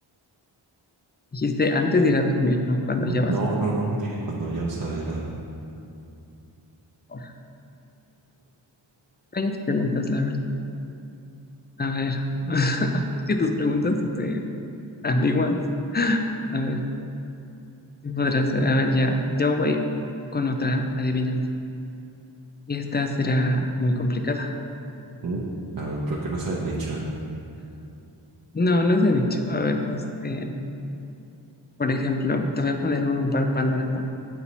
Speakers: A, on the left; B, on the right.
A: Dijiste antes de ir a dormir, ¿no? Cuando ya vas
B: No,
A: a
B: no, no, dije cuando ya vas a ir a dormir.
A: dormir. Varias preguntas, la verdad. A ver, <laughs> es que tus preguntas son súper ambiguas. A ver, ¿qué podrá ser? A ver, ya, yo voy con otra adivinanza. Y esta será muy complicada.
B: Mm, A ver, pero que no se hayan dicho, ¿eh?
A: No, no es de dicho. A ver, este, por ejemplo, te voy a poner un par panorama,